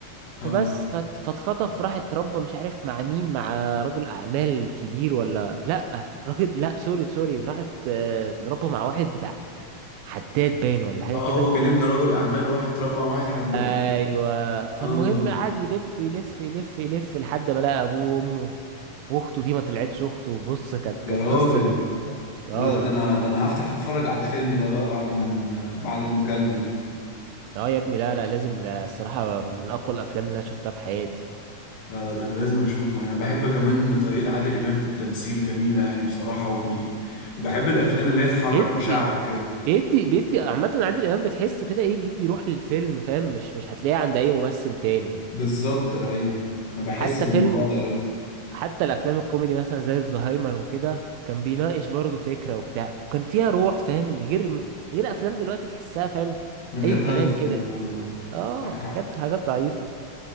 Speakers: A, on the left; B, on the right.
A: اه
B: فبس فات- فاتخطف راح اتربى مش عارف مع مين مع رجل اعمال كبير ولا لا راجل لا سوري سوري راحت آه، اتربى مع واحد بتاع حداد باين ولا حاجه
A: اه
B: كده
A: هو كان ابن رجل اعمال وراح اتربى مع واحد حداد
B: ايوه فالمهم
A: اه
B: قعد يلف يلف يلف يلف لحد ما لقى ابوه وامه واخته دي ما طلعتش اخته بص كانت كانت
A: يا راجل
B: قصه غريبه خالص اه
A: لا ده
B: والله
A: انا ده انا هفتح اتفرج على الفيلم ده بقى بعد ما ن- بعد المكالمة دي
B: اه يا ابني لا لا لازم لا الصراحه من اقوى الافلام اللي انا شفتها في حياتي
A: لا لا، ده انا لازم اشوفه انا بحب كمان طريقة عادل امام في التمثيل جميلة يعني بصراحة وبي... وبحب الافلام اللي هي تحرك
B: بيدي
A: مشاعرك كده
B: بيدي بيدي عامة عادل إمام بتحسه كده إيه بيدي روح للفيلم فاهم مش مش هتلاقيه عند أي ممثل تاني
A: بالظبط ايوه انا بحس
B: حتى
A: بالموضوع
B: فيلم
A: ده قوي
B: حتى الأفلام الكوميدي مثلا زي الزهايمر وكده كان بيناقش برضه فكرة وبتاع وكان فيها روح فاهم غير غير أفلام دلوقتي تحسها فاهم
A: من
B: أي
A: غير
B: كلام
A: هدف
B: كده
A: كده آه،
B: آه
A: معاك حق
B: حاجات حاجات ضعيفة